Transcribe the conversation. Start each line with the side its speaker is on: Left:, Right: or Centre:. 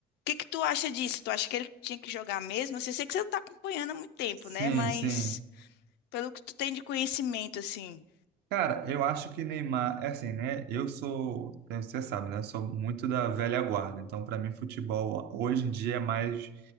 Left: que que tu acha disso? Tu acha que ele tinha que jogar mesmo? Assim, eu sei que você não tá acompanhando há muito tempo,
Right: Sim,
Left: né? Mas
Right: sim.
Left: pelo que tu tem de conhecimento, assim.
Right: Cara, eu acho que Neymar, é assim, né? Eu sou, né, você sabe, né? Sou muito da velha guarda. Então, para mim, futebol hoje em dia é mais,